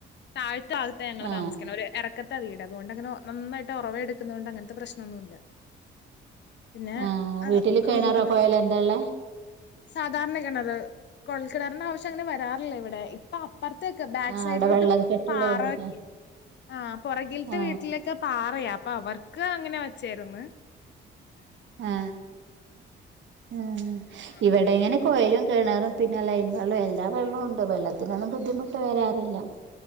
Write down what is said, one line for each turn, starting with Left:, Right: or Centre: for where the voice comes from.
Left: താഴ്ത്തന്ന ഭാഗത്താ ഞങ്ങള്
Right: ആ
Left: താമസിക്കണേ ഒരു എറ റക്കത്താ വീട്. അതുകൊണ്ട് അങ്ങനെ നന്നായിട്ട് ഉറവ എടുക്കുന്ന കൊണ്ട് അങ്ങനത്തെ പ്രശ്നമൊന്നുമില്ല പിന്നെ
Right: ആ
Left: ഏഹ്
Right: വീട്ടില് കെണറോ
Left: അങ്ങനെ
Right: കൊയലെന്താള്ളേ?
Left: സാധാരണ കിണറ്. കുഴൽക്കിണറിന്റെ ആവശ്യങ്ങനെ വരാറില്ല ഇവിടെ. പ്പൊ അപ്പുറത്തെക്ക് ബാക്ക്
Right: ആ
Left: സൈഡിലോട്ട്
Right: അവിടെ വെള്ള കെട്ടുള്ളോണ്ട്
Left: പാറൊക്കെ ആ പുറകിൽത്തെ
Right: ആ
Left: വീട്ടിലൊക്കെ പാറയാ അപ്പൊ അവർക്ക് അങ്ങനെ വെച്ചായിരുന്ന്
Right: ആ ആ
Left: ആഹ്
Right: ഇവിടേങ്ങനെ കുയലും, കെണറും, പിന്നെ ലൈൻ വെള്ളോ എല്ലാ വെള്ളോണ്ട്. വെള്ളത്തിനൊന്നും ബുദ്ധിമുട്ട് വരാറില്ല. <inaudible>